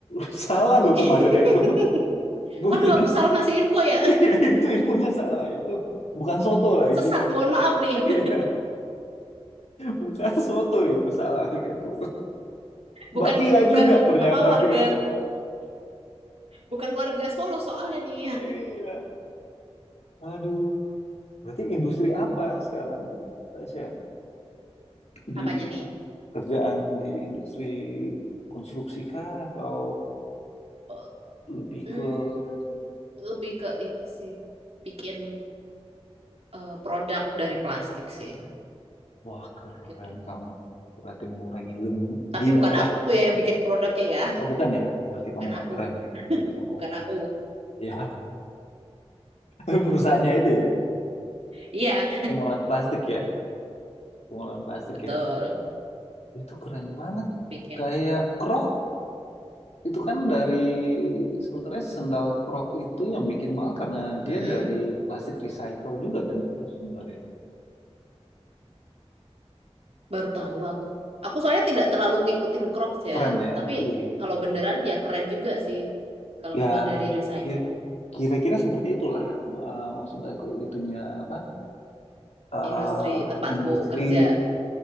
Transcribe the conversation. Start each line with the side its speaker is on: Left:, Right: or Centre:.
Left: <laughs> Salah loh
Right: <laughs>
Left: kemarin itu. Bukan.
Right: Aduh, aku
Left: <laughs>
Right: salah ngasih info ya.
Left: Iya, itu infonya salah. Itu bukan soto lagi
Right: <laughs> Sesat,
Left: gitu.
Right: mohon maaf
Left: <laughs>
Right: nih. <laughs>
Left: Iya, bukan soto itu salah gitu. Mbak
Right: Bukan
Left: Pia
Right: bukan
Left: juga ternyata
Right: apa warga,
Left: gitu.
Right: bukan warga Solo soalnya nih.
Left: Iya. Aduh, berarti industri apa sekarang Tasya?
Right: <laughs>
Left: Di
Right: Apanya nih?
Left: kerjaan di industri konstruksi kah atau
Right: Oh,
Left: lebih
Right: Hmm,
Left: ke
Right: lebih ke ini sih, bikin eh, produk dari plastik sih,
Left: wah keren
Right: gitu.
Left: kamu. Berarti mengurangi lim-
Right: Tapi
Left: limbah.
Right: bukan aku ya yang bikin produknya ya,
Left: Oh bukan ya? Berarti kamu
Right: bukan
Left: nggak
Right: aku,
Left: keren deh. Berarti kamu
Right: bukan
Left: nggak keren.
Right: aku.
Left: Iya, <laughs> perusahaannya itu ya.
Right: Iya,
Left: Pengolahan plastik ya. Pengolahan plastik
Right: betul,
Left: ya. Itu keren banget.
Right: bikin.
Left: Kayak Krok Itu kan dari sebenarnya sendal krok itu yang bikin mahal karena dia
Right: Mm-mm,
Left: dari plastik recycle juga kan itu sebenarnya.
Right: Baru tahu aku. Aku soalnya tidak terlalu ngikutin Crocs
Left: Keren
Right: ya,
Left: ya.
Right: tapi
Left: Iya.
Right: kalau beneran ya keren juga sih. Kalau
Left: Ya
Right: memang dari recycle,
Left: ki- kira-kira seperti itulah eh, maksud aku itunya apa? eh
Right: industri tempatku
Left: industri
Right: kerja.